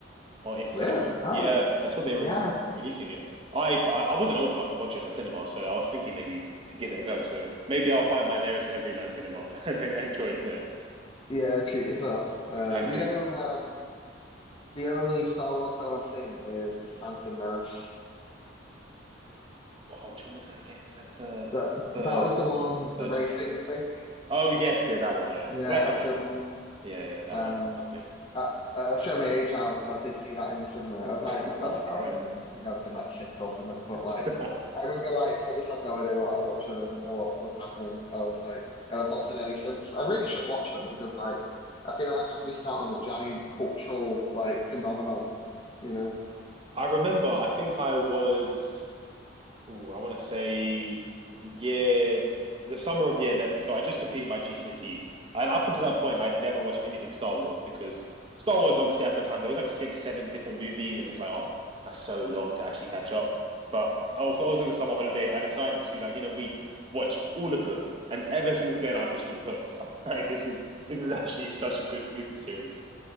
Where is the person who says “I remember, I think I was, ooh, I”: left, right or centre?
Right